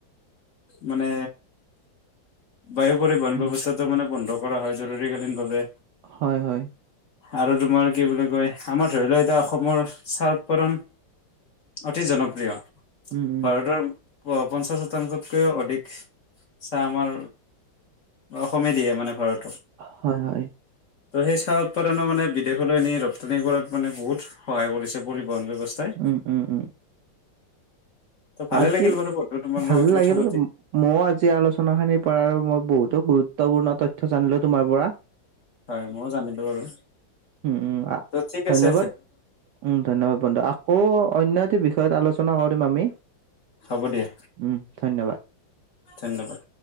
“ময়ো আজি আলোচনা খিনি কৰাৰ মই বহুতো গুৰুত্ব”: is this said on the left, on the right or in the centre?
Right